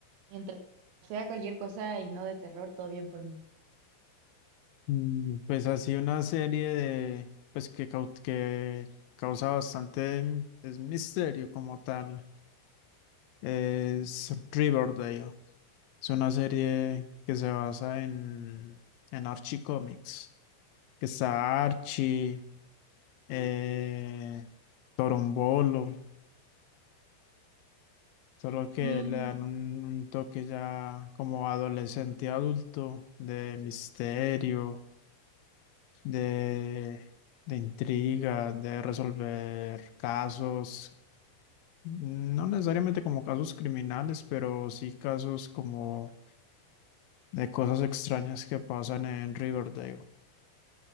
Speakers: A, on the right; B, on the left.
A: mientras sea cualquier cosa y no de terror, todo bien por mí.
B: Mm, Pues así una serie de, pues que, cau- que causa bastante mm, es misterio como tal. Es Riverdale. Es una serie que se basa en, en Archie Comics, que está Archie, eh, Torombolo. Solo que
A: Mm,
B: le dan un, un toque ya como adolescente adulto, de misterio, de, de intriga, de resolver casos, no necesariamente como casos criminales, pero sí casos como de cosas extrañas que pasan en Riverdale.